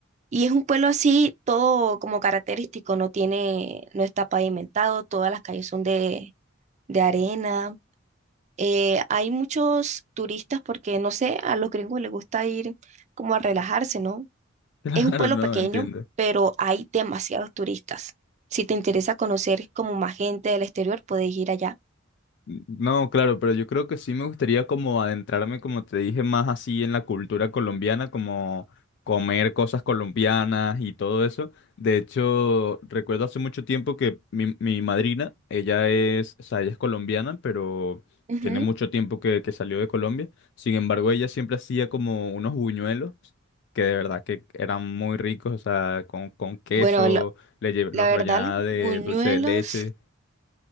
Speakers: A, on the right; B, on the left.
A: Y es un pueblo así, todo como característico, no tiene, no está pavimentado, todas las calles son de, de arena, Eh, hay muchos turistas porque, no sé, a los gringos les gusta ir como a relajarse, ¿no?
B: Claro,
A: Es un pueblo
B: no,
A: pequeño,
B: entiendo.
A: pero hay demasiados turistas. Si te interesa conocer como más gente del exterior, puedes ir allá.
B: No, claro, pero yo creo que sí me gustaría como adentrarme, como te dije, más así en la cultura colombiana, como comer cosas colombianas y todo eso. De hecho, recuerdo hace mucho tiempo que mi, mi madrina, ella es, o sea, ella es colombiana, pero
A: Ujú.
B: tiene mucho tiempo que, que salió de Colombia. Sin embargo, ella siempre hacía como unos buñuelos que de verdad que eran muy ricos, o sea, con, con queso,
A: Bueno, lo-
B: le lle-
A: la
B: los rellenaba
A: verdad, los
B: de
A: buñuelos,
B: dulce de leche.